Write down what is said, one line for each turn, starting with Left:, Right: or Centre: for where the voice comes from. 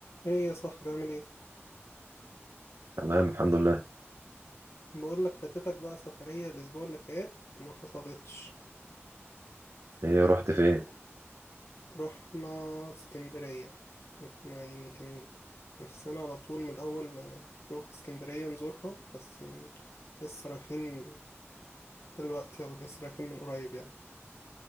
Left: ايه يا صاحبي عامل ايه
Right: تمام الحمد لله
Left: بقول لك فاتتك بقى سفرية الاسبوع اللي فات ما حصلتش
Right: ايه رحت فين
Left: رحنا اسكندرية احنا يعني كان نفسنا على طول من الاول نروح اسكندرية نزورها بس يعني لسه رايحين دلوقتي او لسه رايحين من قريب يعني